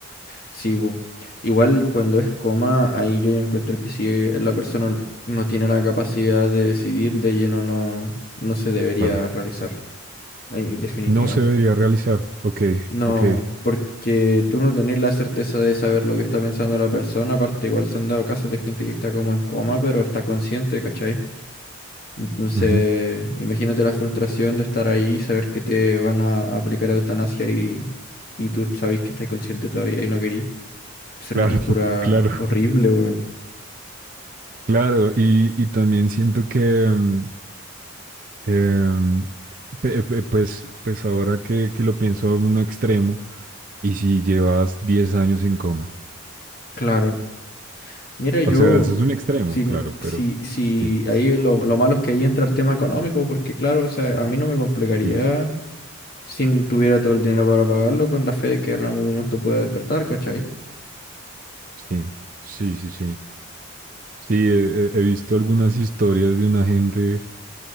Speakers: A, on the left; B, on the right.
A: Sí, bu. Igual cuando es coma, ahí yo ya encuentro que si la persona no tiene la capacidad de decidir, de lleno no, no se debería
B: Claro.
A: realizar. Ahí, definitivo.
B: No se debería realizar. Ok,
A: No,
B: ok.
A: porque tú no tenés la certeza de saber lo que está pensando la persona. Aparte, igual se han dado casos de gente que está como en coma, pero está consciente, ¿cachai? Entonces,
B: ujú,
A: imagínate la frustración de estar ahí y saber que te van a aplicar eutanasia y, y tú sabes que estás consciente todavía y no querís. Será
B: Claro,
A: una tortura
B: <laughs> claro,
A: horrible, weón.
B: claro. Y, y también siento que, mm, em, pe- pe- pues, pues ahora que, que lo pienso en un extremo, ¿Y si llevas 10 años en coma?
A: Claro. Mira, yo,
B: O sea, eso es un extremo,
A: si,
B: claro, pero
A: si, si
B: sí,
A: ahí lo, lo malo es que ahí entra el tema económico, porque claro, o sea, a mí no me complicaría
B: sí,
A: si tuviera todo el dinero para pagarlo con la fe de que en algún momento pueda despertar, ¿cachai?
B: sí, sí, sí, sí. Sí, he, he- he visto algunas historias de una gente